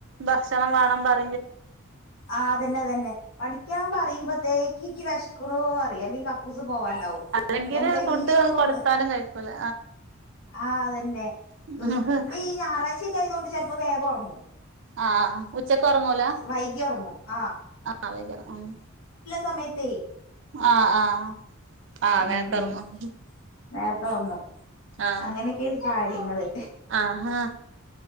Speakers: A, on the right (about 60°); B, on the left (about 80°).
A: ഭക്ഷണം വേണം പറ
B: ആ അതന്നെതന്നെ പഠിക്കാൻ പറയുമ്പോത്തേക്ക്- എക്ക് വിഷക്ക്ണോ പറയ്‌ അല്ലെങ്കി കക്കൂസ് പോവാണ്ടാവും
A: അല്ലെങ്കില്
B: എന്തെങ്കിലുക്കെ
A: ഫുഡ് കൊടുത്താലും
B: ഒന്ന്
A: കഴിക്കൂല
B: ആഹ അതന്നെ
A: ആഹ്
B: ഇപ്പൊ ഈ ഞായറാഴ്ചയൊക്കെ ആയതുകൊണ്ട് ചിലപ്പോ വേഗം ഉറങ്ങും
A: ആഹ ഉച്ചക്ക് ഉറങ്ങൂ
B: വൈകി ഉറങ്ങും ആ
A: ആതെ ഉം
B: സമയത്തെ
A: ആഹ ആഹ് ആഹ നേരത്തെറങ്ങും
B: ഉം ഉം നേരത്തെ ഒറങ്ങും
A: ആഹ്
B: അങ്ങനെയൊക്കെയാണ് കാര്യങ്ങള്
A: ആഹാ